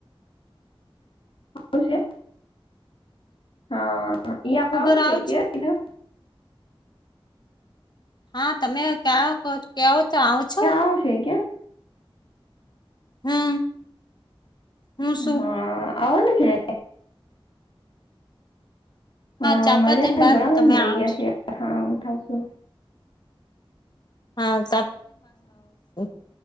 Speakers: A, on the left; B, on the left.
A: <unintelligible> <inaudible>
B: હું ઘર આવું છું હા તમે ક્યા કેવો તો આવ છો?
A: <unintelligible> કે.
B: હમ હું શું
A: હા આવનું છે? હા
B: ચાર
A: મને
B: પાંચ દિન
A: પણ
B: બાદ
A: ઘણા
B: તમે
A: વહી
B: આવશો
A: ગયા છે હા ખાસુ.
B: હા <unintelligible>